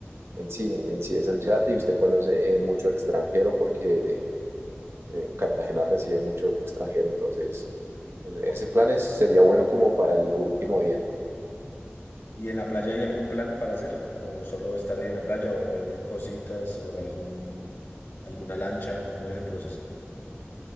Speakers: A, on the right; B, on the left.
A: en sí, en sí es el yate y usted conoce eh, mucho extranjero porque eh, Cartagena recibe mucho extranjero, entonces e- ese plan es- sería bueno como para el último día.
B: ¿Y en la playa hay algún plan para hacer? ¿O solo estar ahí en la playa o venden cositas o algún alguna lancha, cómo es el proceso.